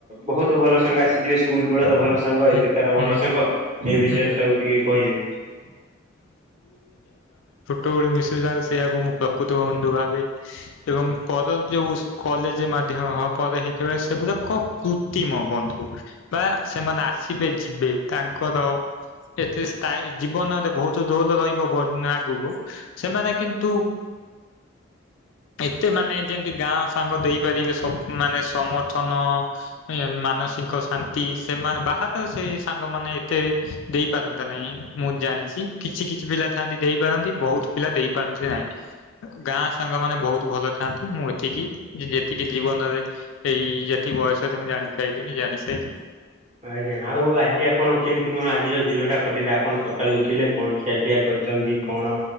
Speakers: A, on the right; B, on the left.
A: ବହୁତ। ଭଲ ସାଙ୍ଗ ଆସିଥିବେ ସ୍କୁଲ ବେଡର ଭଲ ସାଙ୍ଗ
B: ହୁଁ
A: ଏବେକାର
B: ହୁଁ
A: ଭଲ ସାଙ୍ଗ ଏ ବିଷୟରେ
B: ହୁଁ।
A: ସବୁ ଟିକେ କହିବେ <unintelligible> <inaudible>
B: ତୋଳୁ ମିଶି ଯାଉ। ଏହାଇକୁ ମୁଁ ପ୍ରକୃତ ବନ୍ଧୁ ଭାବେ ଏବଂ ପର ଯେଉ କଲେଜ ମାଧ୍ୟମ ହବା ପରେ। ହେ ସେଗୁରାକ କ କୃତ୍ରିମ ବନ୍ଧୁ। ବା ସେମାନେ ଆସିବେ, ଯିବେ, ତାଙ୍କର ଏତେ ସ୍ଥାୟୀ ଜୀବନରେ ବହୁତ ରୋଲ ରହିବ ବ ଦିନ ଆଗକୁ, ସେମାନେ କିନ୍ତୁ ଏତେ ମାନେ ଯେମିତି ଗାଁ ସାଙ୍ଗ ଦେଇପାରିବେ ସ ମାନେ ସମର୍ଥନ ମାନସ ମାନଷିକ ଶାନ୍ତି ସେମାନେ ବାହାରେ ସେ ସାଙ୍ଗମାନେ ଏତେ ଦେଇପାରନ୍ତି ନାହିଁ ମୁଁ ଜାଣିଛି। କିଛି କିଛି ପିଲା ଥାନ୍ତି ଦେଇପାରନ୍ତି, ବହୁତ ପିଲା ଦେଇପାରନ୍ତି ନାହିଁ। ଗାଁ ସାଙ୍ଗ ମାନେ ବହୁତ ଭଲ ଥାଆନ୍ତି, ମୁଁ ଏତିକି ଯେତିକି ଜୀବନରେ ଏଇ ଯେତି କି ବୟସ ତ ମୁଁ ଜାଣି ସାରିଲିଣି ଜାଣି ସାରିଲିଣି।
A: ଆଜ୍ଞା, ଆଉ ଆଜି ଆପଣ କେମିତି କଣ ଆଜିର ଦିନ ଟା କଟିଲେ ଆପଣ ସକାଳେୁ ଉଠିଲେ କଣ ଖିଆ ପିଆ କରି କରିଛନ୍ତି କଣ